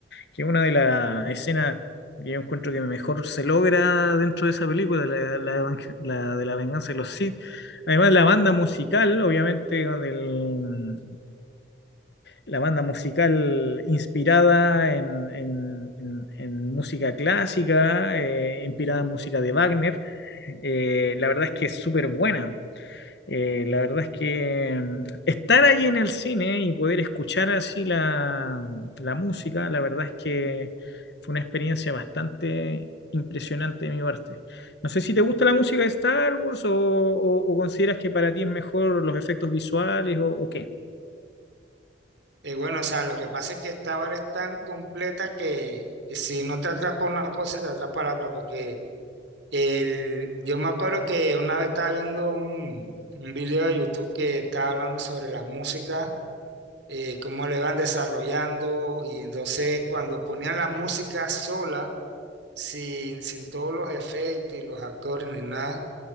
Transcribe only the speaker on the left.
que es una de las escenas que yo encuentro que mejor se logra dentro de esa película, la, la evang- la de La Venganza de los Sith. Además, la banda musical, obviamente, del, la banda musical inspirada en, en- en- en música clásica, eh, inspirada en música de Wagner. Eh, la verdad es que es súper buena. Eh, la verdad es que mm, estar ahí en el cine y poder escuchar así la, la música, la verdad es que fue una experiencia bastante impresionante de mi parte. No sé si te gusta la música de Star Wars o, o- o consideras que para ti es mejor los efectos visuales o, o qué.